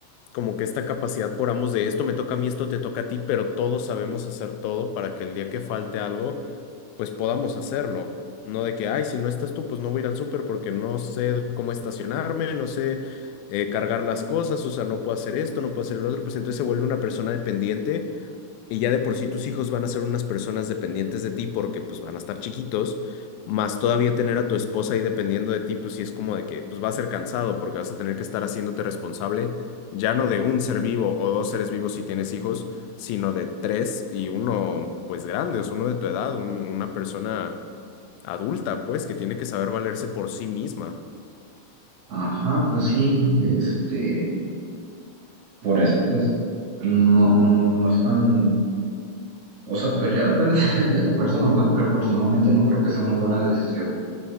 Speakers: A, on the left; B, on the right.
A: como que esta capacidad por ambos de esto me toca a mí, esto te toca a ti, pero todos sabemos hacer todo para que el día que falte algo, pues podamos hacerlo. No de que, ay, si no estás tú, pues no voy a ir al súper porque no sé cómo estacionarme, no sé eh, cargar las cosas, o sea, no puedo hacer esto, no puedo hacer el otro, pues entonces se vuelve una persona dependiente y ya de por sí tus hijos van a ser unas personas dependientes de ti porque pues van a estar chiquitos, más todavía tener a tu esposa ahí dependiendo de ti, pues sí es como de que pues va a ser cansado porque vas a tener que estar haciéndote responsable ya no de un ser vivo o dos seres vivos si tienes hijos, sino de tres y uno pues grande, o sea, uno de tu edad, un- una persona adulta pues que tiene que saber valerse por sí misma.
B: Ajá, pues sí, este, por eso, pues, no, no, no, no es tan O sea, pues ya depende <laughs> de la persona, ¿verdad? Pero personalmente no creo que sea una buena decisión.